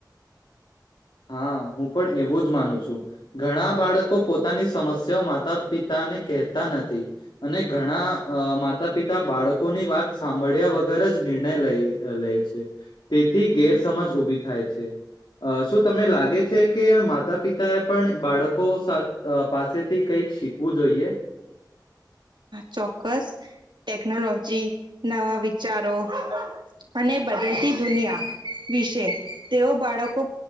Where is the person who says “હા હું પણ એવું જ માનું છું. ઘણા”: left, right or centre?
Left